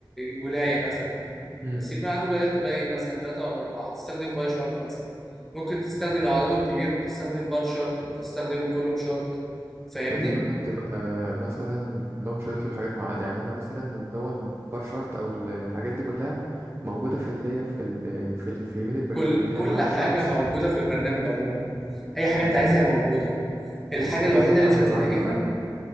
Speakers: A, in the centre; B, on the right (about 30°).
A: ولايه مثلا
B: مم.
A: بس يكون عدد الولايات قليل مثلا ثلاثة ولا أربعة تستخدم باي شارت مثلا ممكن تستخدم لو عددهم كبير ممكن تستخدم بار شارت ممكن تستخدم كولوم شارت فاهمني
B: فدي بقى بتبقى مثلا لو مش هيطلب حاجات معقدة يعني أنا مثلا اللي هو البار شارت أو الحاجات دي كلها موجودة في اللي هي في ال في ال في يمين البرنامج
A: كل
B: اللي
A: كل
B: هي مع الشارتس
A: حاجة موجودة في البرنامج عموما أي حاجة
B: مم.
A: أنت عايزها هي موجودة الحاجة
B: بس فكرة
A: الوحيدة
B: التعامل
A: اللي مش هتلاقيها
B: معاها بقى